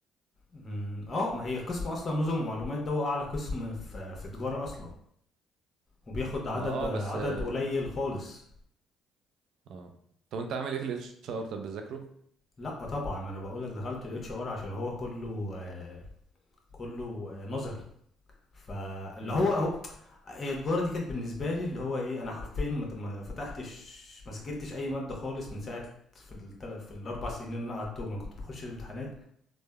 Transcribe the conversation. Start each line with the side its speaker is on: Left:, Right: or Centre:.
Left: أمم. اه ما هي قسم اصلا نظم ومعلومات ده هو اعلى قسم في في تجاره اصلا وبياخد عدد
Right: ما اه
Left: آه،
Right: بس
Left: عدد
Right: اه
Left: قليل خالص
Right: آه. طب وانت عامل ايه في الاتش ار طب بتذاكره
Left: لا طبعا انا بقول لك دخلت الاتش ار عشان هو كله آه، كله آه، نظري فاللي
Right: امم
Left: هو هو هي التجاره دي كانت بالنسبه لي اللي هو ايه انا حرفيا ما- ما فتحتش ما سجلتش اي ماده خالص من ساعه في التل... في الاربع سنين اللي انا قعدتهم انا كنت بخش الامتحانات